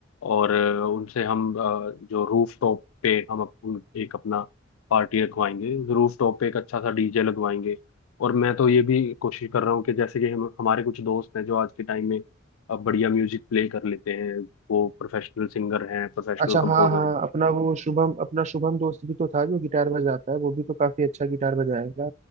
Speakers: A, on the left; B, on the right.
A: और अ, उनसे हम अ, जो रूफ टॉप पे हम अप, उन- एक अपना पार्टी रखवाएंगे रूफ टॉप पे एक अच्छा सा डीजे लगवाएंगे और मैं तो ये भी कोशिश कर रहा हूँ कि जैसे कि हम हमारे कुछ दोस्त हैं जो आज के टाइम में अब बढ़िया म्यूजिक प्ले कर लेते हैं वो प्रोफेशनल सिंगर हैं प्रोफेशनल
B: अच्छा
A: कंपोजर
B: हाँ हाँ
A: हैं
B: अपना वो शुभम अपना शुभम दोस्त भी तो था जो गिटार बजाता है वो भी तो काफी अच्छा गिटार बजाएगा